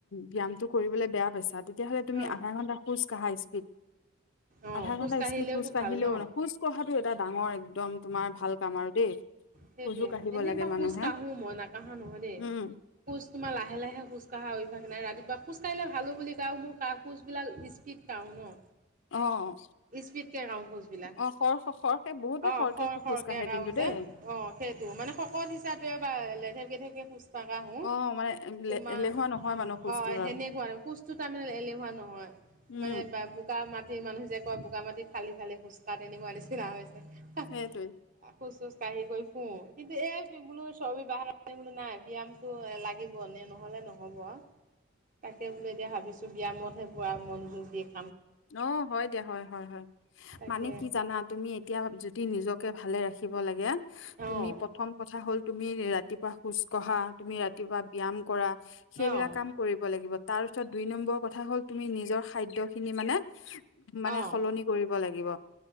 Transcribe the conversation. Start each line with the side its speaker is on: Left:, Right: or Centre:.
Left: ব্যায়ামটো কৰিবলৈ বেয়া পাইছা তেতিয়াহ'লে তুমি
Right: অ
Left: আধাঘণ্টা খোজকাঢ়া স্পীড,
Right: অ
Left: আধাঘণ্টা
Right: খোজ কাঢ়িলেওতো
Left: স্পীড খোজকাঢ়িলেও
Right: ভাল ন
Left: খোজ কঢ়াটো এটা ডাঙৰ একদম তোমাৰ ভাল কাম আৰু দেই।
Right: সেইটোয়ে
Left: খোজো কাঢ়িব
Right: এনেই
Left: লাগে
Right: বাৰু
Left: মানুহে
Right: খোজকাঢ়ো মই নাকাঢ়া নহয় দেই।
Left: উম
Right: খোজ তোমাৰ লাহে, লাহে খোজকাঢ়া অভ্যাস নাই ৰাতিপুৱা খোজকাঢ়িলে ভালো বুলি কয় আৰু মোৰ খোজবিলাক স্পীড কাঢ়ো ন।
Left: অ'।
Right: স্পীডকে কঢ়ো খোজবিলাক
Left: অ খৰ খৰকে বহুতে
Right: অ',
Left: খৰকে
Right: খৰ, খৰকে
Left: খোজ কাঢ়ে
Right: কাঢ়োঁ
Left: কিন্তু
Right: যে।
Left: দেই
Right: অ', সেইটো মানে শকত হিচাপেও বা লেধেপ গেধেপ কে খোজ নাকাঢ়ো
Left: অ মানে
Right: তোমাৰ
Left: এলেহুৱা নহয় মানুহ খোজটোৰ
Right: অ', হেনে
Left: আৰু
Right: খোজটো তাৰমানে এলেহুৱা নহয়
Left: উম
Right: মানে, বা বগা মাটিৰ মানুহ যে কয় বগা মাটি ফালি ফালি খোজকাঢ় তেনেকুৱা নিচিনা হৈছে। <unintelligible>
Left: সেইটোৱে
Right: কঢ়ি কৰি ফুৰো, কিন্তু এই বোলো চৰ্বি বাহা বোলো নাই ব্যায়ামটো লাগিব নহলে নহব নহ'ব, তাকে বোলে এতিয়া ভাবিছোঁ ব্যায়ামতহে পুৰা মনোযোগ দিম।
Left: অ' হয় দিয়া হয়, হয়, হয়
Right: তাকে
Left: মানে কি জানা তুমি এতিয়া যদি নিজকে ভালে ৰাখিব লাগে তুমি
Right: অঁ
Left: প্ৰথম কথা হ'ল তুমি ৰাতিপুৱা খোজ কঢ়া তুমি ৰাতিপুৱা ব্যয়াম কৰা সেইবিলাক
Right: অঁ
Left: কাম কৰিব লাগিব তাৰপিছত দুই নম্বৰৰ কথা হ'ল তুমি নিজৰ খাদ্যখিনি মানে, মানে
Right: অঁ
Left: সলনি কৰিব লাগিব,